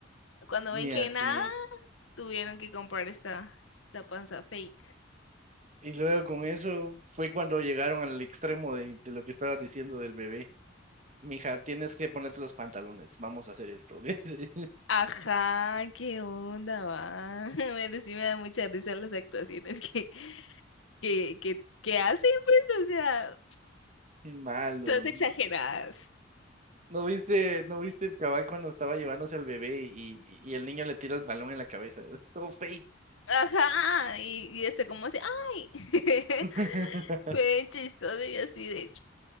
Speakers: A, on the left; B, on the right.
A: Cuando
B: Ni
A: ven que
B: así.
A: nada, tuvieron que comprar esta, esta panza fake.
B: Y luego con eso fue cuando llegaron al extremo de, de lo que estabas diciendo del bebé. Mija, tienes que ponerte los pantalones, vamos a hacer esto. <laughs> le dice.
A: Ajá, qué onda, va. <laughs> Pero sí me da mucha risa las actuaciones que, que, que, que hacen, pues, o sea,
B: Malos.
A: todas exageradas.
B: ¿No viste, no viste el cabal cuando estaba llevándose al bebé y, y el niño le tira el balón en la cabeza? <laughs> Todo fake.
A: Ajá, y, y esto como así, ay, <laughs>
B: <laughs>
A: fue chistoso y así de,